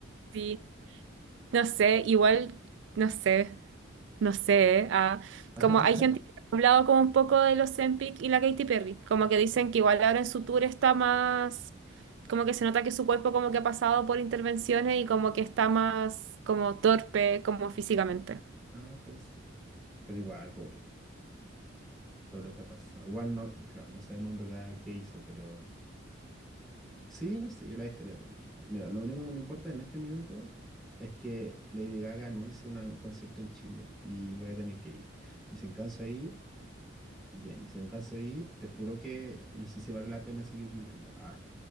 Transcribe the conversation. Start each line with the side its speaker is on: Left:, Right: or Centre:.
Right: Sí, no sé, igual, no sé. No sé, ¿eh? Ah,
Centre: <laughs>
Right: como hay gente que ha hablado como un poco de los Ozempic y la Katy Perry, como que dicen que igual ahora en su tour está más, como que se nota que su cuerpo como que ha pasado por intervenciones y como que está más como torpe, como físicamente.
Centre: Ah, puede ser. Pero igual, pobre, todo lo que ha pasado. Igual no, claro, no sabemos en verdad qué hizo, pero... Sí, no sé, yo la dejaría tranquila. Mira, lo único que me importa en este minuto es que Lady Gaga anuncie un concierto en Chile y voy a tener que ir. Y si canso de ir, bien. Y si no canso de ir, te juro que no sé si vale la pena seguir viviendo. Ah,